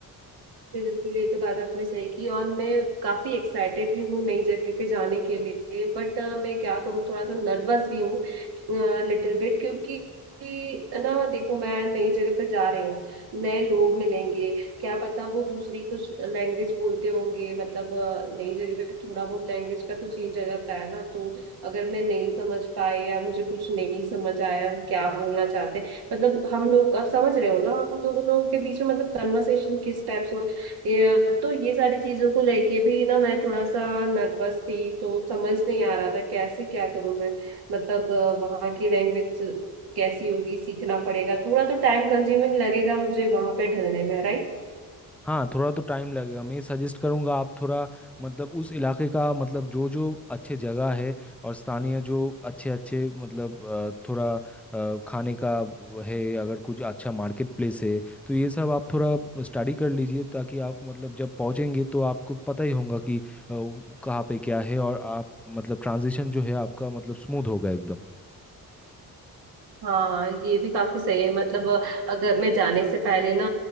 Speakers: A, on the right; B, in the centre.
A: बिल्कुल ये तो बात आपने सही की और मैं काफी एक्साइटेड भी हूँ नई जगह पे जाने के लिए बट मैं क्या करूँ थोड़ा सा नर्वस भी हूँ लिटिल बिट क्योंकि कि ना देखो मैं नई जगह पर जा रही हूँ नए लोग मिलेंगे क्या पता वो दूसरी कुछ लैंग्वेज बोलते होंगे मतलब अ, नई जगह पे थोड़ा बहुत लैंग्वेज का तो चेंज आ जाता है ना तो अगर मैं नहीं समझ पाए या मुझे कुछ नहीं समझ आया वो क्या बोलना चाहते हैं मतलब हम लोग अब समझ रहे हो ना हम दोनों के बीच में मतलब कन्वर्सेशन किस टाइप से होगा ये तो ये सारी चीजों को लेके भी ना मैं थोड़ा सा नर्वस थी तो समझ नहीं आ रहा था कैसे क्या करूं मैं मतलब अ, वहाँ की लैंग्वेज कैसी होगी सीखना पड़ेगा थोड़ा तो टाइम कंज्यूमिंग लगेगा मुझे वहां पे ढलने में राइट
B: हाँ थोड़ा तो टाइम लगेगा मैं सजेस्ट करूँगा आप थोड़ा मतलब उस इलाके का मतलब जो जो अच्छे जगह है और स्थानीय जो अच्छे अच्छे मतलब अ, थोड़ा अ, खाने का व- है अगर कुछ अच्छा मार्केट प्लेस है तो ये सब आप थोड़ा स्टडी कर लीजिए ताकि आप मतलब जब पहुँचेंगे तो आपको पता ही होगा कि अ, वो कहाँ पे क्या है और आप मतलब ट्रांजिशन जो है आपका मतलब स्मूथ होगा एकदम
A: हाँ ये भी काफी सही है मतलब अ, अगर मैं जाने से पहले ना